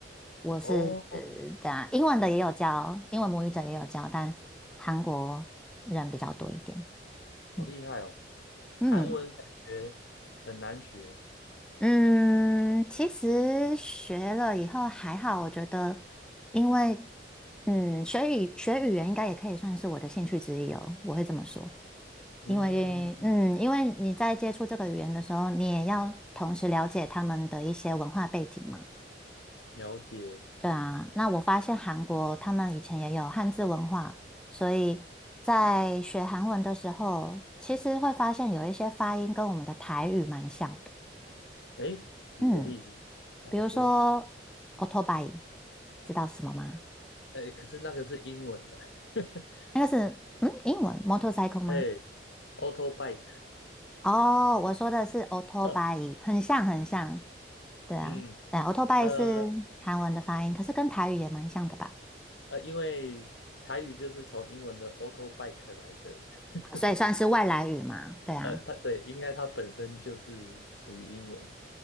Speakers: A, in the centre; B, on the left.
A: 我是呃，
B: 哦，
A: 对啊，英文的也有教，英文母语者也有教，但韩国人比较多一点。
B: 好厉害哦！
A: 嗯。嗯，
B: 韩文感觉很难学，
A: 嗯，其实学了以后还好，我觉得，因为嗯，学语学语言应该也可以算是我的兴趣之一哦，我会这么说。
B: 嗯，
A: 因为嗯，因为你在接触这个语言的时候，你也要同时了解他们的一些文化背景嘛。
B: 了解。
A: 对啊，那我发现韩国他们以前也有汉字文化，所以在学韩文的时候，其实会发现有一些发音跟我们的台语蛮像的。
B: 诶，举个例子来说，
A: 嗯。比如说 o u t o b i 知道是什么吗？
B: 诶，可是那个是英文的，<laughs>
A: 那个是嗯，英文 motorcycle 吗？
B: 诶 a u t o bike，
A: 哦，我说的是 o u t o
B: <laughs>
A: b i 很像很像。对啊，
B: 嗯。
A: 对 a u t o b i
B: 呃，
A: 是韩文的发音，可是跟台语也蛮像的吧？
B: 呃，因为台语就是从英文的 auto bike 来的，<laughs>
A: 所以算是外来语嘛。对啊，
B: 呃，它对，应该它本身就是属于英文。